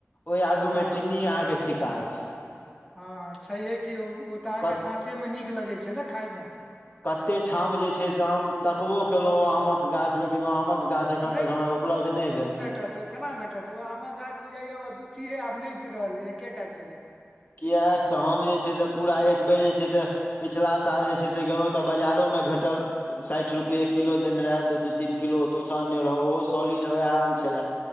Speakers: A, on the left; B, in the centre.
A: ओहि आगू
B: हँ
A: मे चीन्नी
B: हँ
A: अहाँके फिका अछि
B: हँ ह छैहे की ओ तऽ अहाँके
A: क
B: काँचे मे नीक लगे छै ने खाय मे
A: कतेक ठाम जे छै से आम तकबो केलहुँ ओ आमक गाछ लेकिन ओ आमक गाछ जखन
B: नहि
A: तक हमरा उपलब्ध नहि भेल।
B: भेटत केना भेटत ओ आमक गाछ बुझाइया द अदुतीये आब नहि रहल एकेटा चल
A: कियाक तऽ हम जे छै से पूरा एक बेर जे छै से पिछिला साल जे छै से गेलहुँ तऽ बाजारोमे भेटल। साठय रुपए किलो देने रहे तो दू तीन किलो ओतोसँ अनने रहौं ओहो सॉलिड वएह आम छले